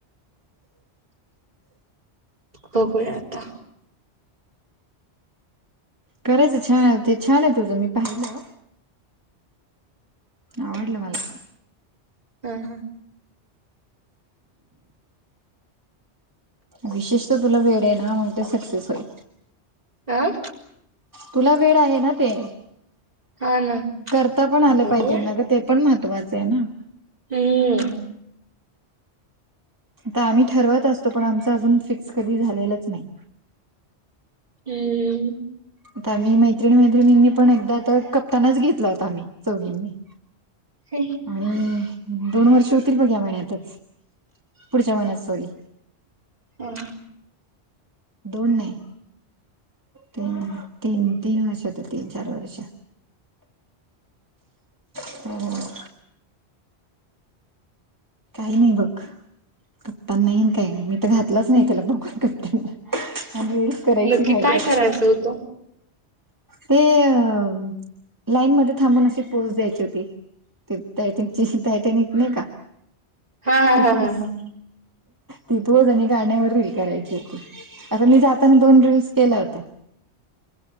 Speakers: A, on the right; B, on the right.
A: बघूया आता
B: करायचं छान आहे ते छान आहे तुझं मी पाहिलं आवडलं मला
A: हा हा
B: विशेष तर तुला वेळ आहे ना मग ते सक्सेस होईल
A: आं
B: तुला वेळ आहे ना ते
A: हा ना
B: करता पण आले
A: बघूया
B: पाहिजे न ग ते पण महत्त्वाचं आहे ना
A: हम्
B: आता आम्ही ठरवत असतो पण आमच अजून फिक्स कधी झालेलंच नाही
A: हम्म
B: आता मी मैत्रिणी मैत्रिणींनी पण एकदा आता कप्तानाच घेतला होता आम्ही चौघंनी
A: ह
B: आणि दोन वर्ष होतील बघ या महिन्यातच पुढच्या महिन्यात सॉरी
A: ह
B: दोन नाही तीन तीन तीन वर्ष तीन चार वर्ष हम् काही नाही बघ कप्प नाही काही नाही मी तर घातलंच नाही तला बघून कप्तांना आणि करायची
A: नक्की
B: राहिली
A: काय करायचं होतं
B: ते अ लाईन मध्ये थांबून अशी पोहोच द्यायची होती ते तटनची तयटनत नाही का
A: हा हा
B: ती
A: हा
B: पोस
A: हा हा
B: ती पूज आणि गाण्यावर रील करायची होती आता मी जाताना दोन रीलस केल्या होत्या